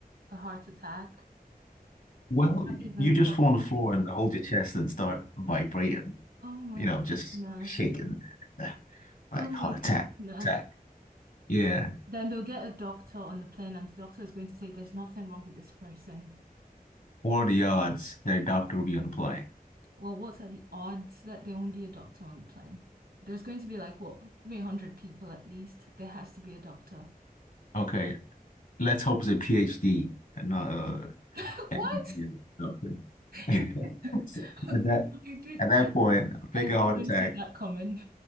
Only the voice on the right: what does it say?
a heart attack.
Not even
possible.
Oh my
goodness.
Oh
my goodness.
Then they'll get a doctor on the plane, and the doctor is going to say, There's nothing wrong with this person.
Well, what are the odds that there won't be a doctor on the plane? There's going to be like, what, 300 people at least. There has to be a doctor.
<laughs> What?
<laughs>
Oh my
God, I didn't
I
didn't
see that coming.